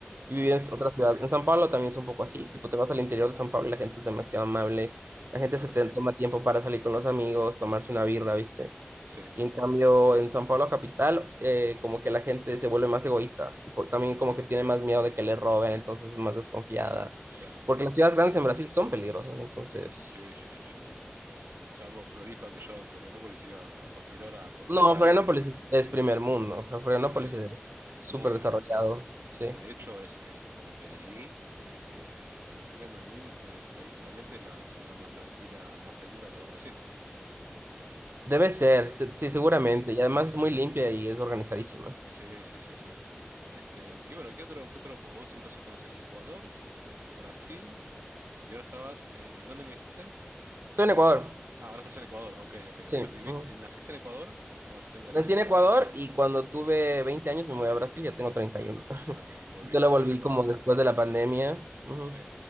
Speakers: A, on the right (about 60°); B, on the right (about 75°).
A: Y
B: Sí,
A: vivir en
B: sí,
A: otra ciudad. En San Pablo también es un poco así. Tipo, te vas al interior de San Pablo y la gente es demasiado amable. La gente
B: claro.
A: se te toma tiempo para salir con los amigos, tomarse una birra, ¿viste?
B: Sí,
A: Y en cambio, en San Pablo capital, eh, como que la gente se vuelve más egoísta. Y por- también como que tiene más miedo de que le roben, entonces es más desconfiada.
B: claro.
A: Porque las ciudades grandes en Brasil son peligrosas, entonces.
B: Sí, sí, sí, sí, tal cual. Sí, sí. Salvo Floripa, que yo en Florianópolis iba a cualquier hora, a cualquier
A: No,
B: lado
A: Florianópolis
B: y
A: es, es primer mundo, o sea, Florianópolis
B: sí,
A: es súper
B: muy tranquilo.
A: desarrollado, sí.
B: De hecho, es eh, por lo que leí, dice que en internet, no en Google, eh, estadísticamente es la ciudad más tranquila, más segura de todo Brasil.
A: Debe ser, se- sí, seguramente,
B: Ujú.
A: y además es muy limpia y es organizadísima.
B: Sí, sí, sí, sí. Este, y bueno, ¿qué otro, qué otro? Porque vos entonces conoces Ecuador, Brasil Y ahora estabas, eh, ¿en dónde me dijiste?
A: Estoy en Ecuador,
B: Ah, ahora estás en Ecuador. Ok, ok.
A: sí.
B: O sea, viviste,
A: ujú.
B: ¿naciste en Ecuador o naciste en Brasil?
A: Nací en Ecuador y cuando tuve 20 años me mudé a Brasil, ya tengo treinta y uno <laughs>
B: Ah, y volviste
A: Yo la
B: después
A: volví
B: a Ecuador.
A: como después de la pandemia. ujú.
B: Sí.